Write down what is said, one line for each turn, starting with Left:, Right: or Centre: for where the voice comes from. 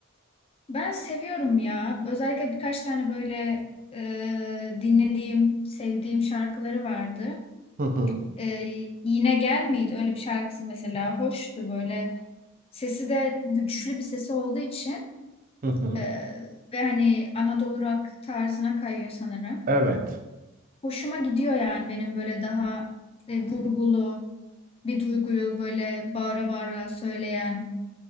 Left: ben seviyorum ya. Özellikle birkaç tane böyle e, dinlediğim, sevdiğim şarkıları vardı.
Right: Hı hı.
Left: Ee, Yine Gel miydi? Öyle bir şarkısı mesela hoştu böyle. Sesi de güçlü bir sesi olduğu için
Right: Hı hı.
Left: e, ve hani Anadolu rock tarzına kayıyor sanırım.
Right: Evet.
Left: Hoşuma gidiyor yani benim böyle daha e, vurgulu bir duyguyu böyle bağıra bağıra söyleyen